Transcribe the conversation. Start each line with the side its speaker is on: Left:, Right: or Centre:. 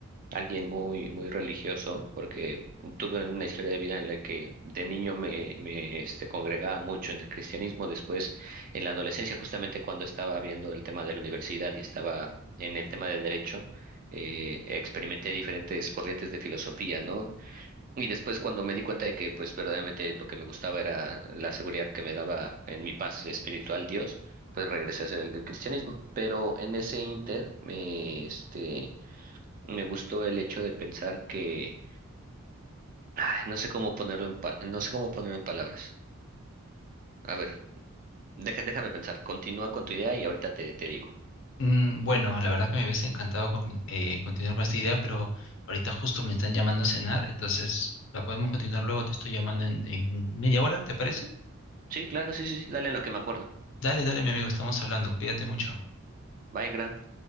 Right: alguien muy, muy religioso, porque tuve una historia de vida en la que de niño me, me este, congregaba mucho en el cristianismo. Después, en la adolescencia, justamente cuando estaba viendo el tema de la universidad y estaba en el tema del derecho, eh, experimenté diferentes corrientes de filosofía, ¿no? Y después cuando me di cuenta de que, pues, verdaderamente lo que me gustaba era la seguridad que me daba en mi paz espiritual Dios, pues regresé a ser el del cristianismo. Pero en ese inter me, este, me gustó el hecho de pensar que, ay, no sé cómo ponerlo en pa- no sé cómo ponerlo en palabras. A ver, deja- déjame pensar. Continúa con tu idea y ahorita te, te digo.
Left: Mm, bueno, la verdad que me hubiese encantado con- eh, continuar con esta idea, pero ahorita justo me están llamando a cenar, entonces la podemos continuar luego. Te estoy llamando en, en media hora, ¿te parece?
Right: Sí, claro, sí, sí, sí, dale en lo que me acuerdo.
Left: Dale, dale, mi amigo, estamos hablando. Cuídate mucho.
Right: Bye, gracias.